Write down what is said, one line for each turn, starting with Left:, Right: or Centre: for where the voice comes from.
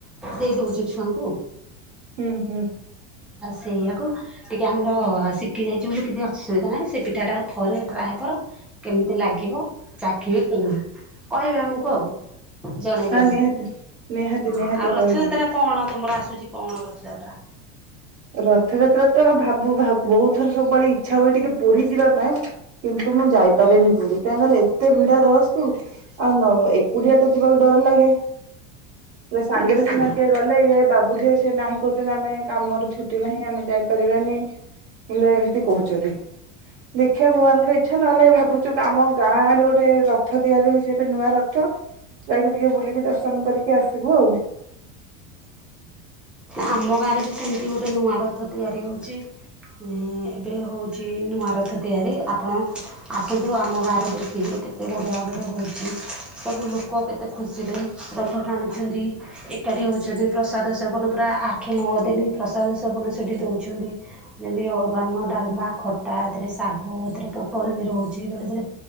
Centre: ଦେଇ ଦଉଛୁ ଛୁଆଙ୍କୁ
Right: ହୁଁ ହୁଁ
Centre: ସେଇଆକୁ ଟିକେ ଆମର ଶିଖି ଯାଇଛି ବୋଲି କିଛି ଅସୁବିଧା ନାହିଁ ସେ ପିଠାଟା ଆଉ ଥରେ ଟ୍ରାଏ କର କେମିତି ଲାଗିବ। ଚାଖିବ କୁହ କହିବେ ଆମକୁ ଆଉ ଜଣେଇବି
Right: ହଁ
Centre: ଆମକୁ
Right: ନିହାତି। ନିହାତି
Centre: ହଁ
Right: ନିହାତି
Centre: ଆଉ ରଥଯାତ୍ରା
Right: କହିବି।
Centre: କଣ ତମର କଣ ରଥଯାତ୍ରା?
Right: ରଥଯାତ୍ରା ତ ଭାବୁ ବହୁତ ଥର ସବୁବେଳେ ଇଚ୍ଛା ହୁଏ, ଟିକେ ପୁରୀ ଯିବା ପାଇଁ କିନ୍ତୁ ତ ମୁଁ ଯାଇପାରେନି ପୁରୀ କାହିଁ କହିଲଲେ ଏତେ ଭିଡ ରସୁ ଆଉ ନ ଏକୁଟିଆ ତ ଯିବା ଡର ଲାଗେ ସାଙ୍ଗରେ
Centre: ନିଶ୍ଚିତ
Right: ସିନା କିଏ ଗଲେ ଇ ବାବୁ ଯେ ନାହିଁ। କରଛନ୍ତି ଆମେ କାମର ଛୁଟି ନାହିଁ ଆମେ ଯାଇପାରିବାନି ବଲେ ଏମତି କହୁଛନ୍ତି ଦେଖିବା ଭଗବାନଙ୍କ ଇଚ୍ଛା ନହେଲେ ଭାବୁଛି ଉ ଆମ ଗାଁ ଆଡେ ଗୋଟେ ରଥ ତିଆରି ହଉଛି। ଏବେ ନୂଆ ରଥ ଯାଇକି ଟିକେ ବୁଲିକି ଦର୍ଶନ କରିକି ଆସିବୁ ଆଉ।
Centre: ଆମ ଗାଁରେ ବି ସେମିତି ଗୋଟେ ନୂଆ ରଥ ତିଆରି ହେଉଛି। ଏବେ ହେଉଛି ନୂଆ ରଥ ତିଆରି ଆପଣ ଆସନ୍ତୁ ଆମ ଗାଁରେ ଦେଖିବେ। କେତେ ବଡିଆ ଭାବରେ ହଉଛି। ସବୁ ଲୋକ କେତେ ଖୁସିରେ ରଥ ଟାଣିୁଛନ୍ତି ଏକାଠି ହେଉଛନ୍ତି ପ୍ରସାଦ ସେବନ ପୁରା ଆଠ ନଅ ଦିନ ପ୍ରସାଦ ସେବନ ସେଇଠି ଦେଉଛନ୍ତି। ଯେମିତି ଅରୁଆନ ଡାଲମା ଖଟା ଏଥିରେ ଶାଗ ଆ ଏଥିରେ ପୋଟଳ ବି ରହୁଛି ବେଳେ ବଳେ